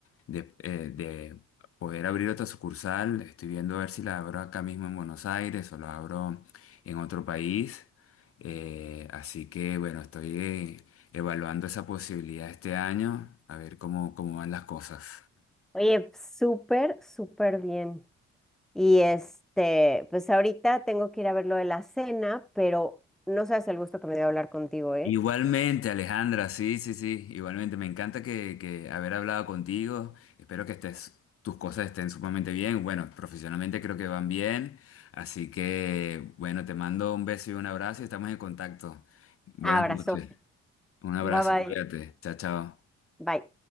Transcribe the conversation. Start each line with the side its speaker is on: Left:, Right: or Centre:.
Left: de, eh, de poder abrir otra sucursal, estoy viendo a ver si la abro acá mismo en Buenos Aires o la abro en otro país, Eh, así que bueno, estoy eh, evaluando esa posibilidad este año, a ver cómo, cómo van las cosas.
Centre: Oye, pues, súper, súper bien. Y este, pues ahorita tengo que ir a ver lo de la cena, pero no sabes el gusto que me dio hablar contigo, ¿eh?
Left: Igualmente, Alejandra, sí, sí, sí, igualmente. Me encanta que, que haber hablado contigo. Espero que estés, tus cosas estén sumamente bien. Bueno, profesionalmente creo que van bien. Así que, bueno, te mando un beso y un abrazo y estamos en contacto. Buenas
Centre: Abrazote.
Left: noches. Un abrazo,
Centre: Bye bye.
Left: cuídate. Chao, chao.
Centre: Bye.